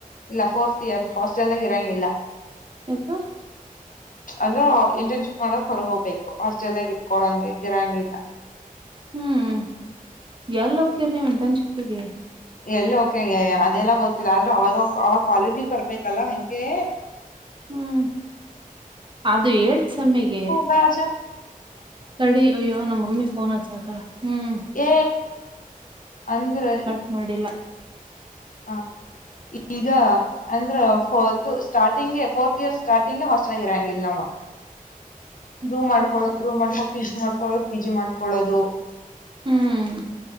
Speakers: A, on the left; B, on the right.
A: ಇಲ್ಲ ಫೋರ್ತ್ ಇಯರ್ ಹಾಸ್ಟೆಲ್ದಾಗ ಇರಂಗಿಲ್ಲ
B: ಯಾಕ
A: ಅಂದ್ರ ಇಂಟರ್ನ್ಶಿಪ್ ಮಾಡಕ್ ಹೊರಗೆ ಹೋಗ್ಬೇಕು ಹಾಸ್ಟೆಲ್ ನಾಗ್ ಇಟ್ಕೊಳಂಗೆ ಇರಂಗಿಲ್ಲ
B: ಹ್ಮ್ ಎಲ್ಲಿ ಹೊಕ್ಕಿರ್ ನೀವ್ ಇಂಟರ್ನ್ಯಾಶಿಪ್ ಗೆ
A: ಎಲ್ಲಿ ಕೆ ಅದೆಲ್ಲ ಗೊತ್ತಿಲ್ಲ ಆದ್ರೆ ಅವಾಗ ಅವಾಗ ಕಾಲೇಜಿಗೆ ಬರ್ಬೇಕಲ್ಲ ಹಂಗೆ
B: ಹ್ಮ್ ಅದು ಎಟಿತ್ ಸೇಮ್ ಗೆ
A: ರಾಜ
B: ತಡಿ ಅಯ್ಯೋ ನಮ್ಮ ಮಮ್ಮಿ ಫೋನ್ ಹಚ್ಚಾತರ ಹ್ಮ್
A: ಏ ಅಂದ್ರೆ
B: ಕಟ್ ಮಾಡಿಲ್ಲ
A: ಹಾ ಈಗ ಅಂದ್ರದು ಸ್ಟಾರ್ಟಿಂಗ್ಗೆ ಫೋರ್ತ್ ಇಯರ್ ಸ್ಟಾರ್ಟಿಂಗ್ಗೆ ಹಾಸ್ಟೆಲ್ ಆಗಿರಾಂಗಿಲ್ಲ ನಾವು
B: <inaudible>
A: ರೂಮ್ ಮಾಡ್ಕೊಳ್ಳೋರು ರೂಮ್ಕ ಮಾಡ್ಕೊಳದು ಪಿ. ಜಿ ಮಾಡ್ಕೊಳ್ಳೋರು ಪಿ. ಜಿ. ಮಾಡಕೊಳ್ಳೋದು
B: ಹ್ಮ್